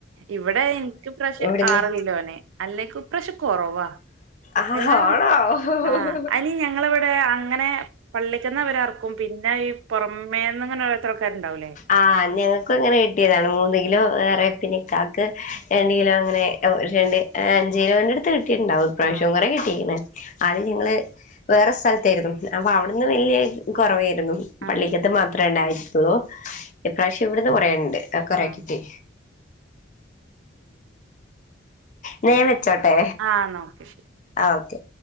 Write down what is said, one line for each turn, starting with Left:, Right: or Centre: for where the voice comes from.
Right: ഇവിടെ എനിക്ക് പ്രാവിശം
Left: ഇവിടുന്ന്
Right: ആറ് കിലോനെ അല്ലേലും ഇപ്രാശം കൊറവാ
Left: ആഹ്
Right: അയില്ലാറെ
Left: ആണോ
Right: ആ അയ്നി ഞങ്ങളെ ഇവിടെ അങ്ങനെ പള്ളിക്കന്ന അവരർക്കും പിന്നെ ഈ പുറമേന്ന ഇങ്ങനെ ഓരോരുത്തർ ആക്കാരുണ്ടാവൂലേ
Left: ആഹ് ഞങ്ങൾക്ക് അങ്ങനെ കിട്ടിയതാണ് മൂന്ന് കിലോ
Right: ഉം
Left: വേറെപ്പിനക്കാക് രണ്ട് കിലോ അങ്ങനെ ഒരു രണ്ട് അഞ്ച് കിലോന്റെ അടുത്ത് കിട്ടിട്ടണ്ടാവും ഇ പ്രാവശ്യം
Right: ആഹ്
Left: കുറ കിട്ടി അദിയം ഞങ്ങള് വേറെ സ്ഥലത്തായിരുന്നു അപ്പൊ അവിടുന്ന് വലിയ കുറവെയിന്നു പള്ളിക്കത്ത്
Right: ആഹ്
Left: മാത്രമേ ഉണ്ടായിള്ളൂ ഇപ്രാവശ്യം ഇവിടുന്ന് കുറേണ്ട് കൊറക്കിട്ടി
Right: ആഹ്
Left: ന്നാ ഞാൻ വെച്ചോട്ടെ
Right: ആഹ് ന്നോക്കെ ശരി
Left: ആഹ് ഓക്കെ